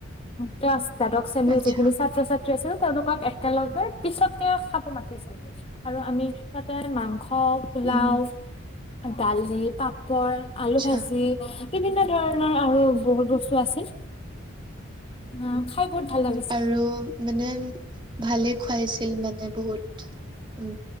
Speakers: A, on the left; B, on the right.
A: ক্লাছ <unintelligible> এছেম্বলীৰ
B: আচ্ছা
A: যিখিনি ছাত্ৰ ছাত্ৰী আছিল তেওঁলোকক একেলগে পিছতকে মাতিছিলো আৰু আমি তাতে মাংস অঁ পোলাও।
B: উম
A: দালি পাপ পৰ আলু
B: আচ্ছা
A: ভাজি। বিভিন্ন ধৰণৰ আৰু বহুত বস্তু আছিল। অ খাই বহুত ভাল লাগিছিল
B: আৰু মানে ভালে খুৱাইছে। মানে বহুত উম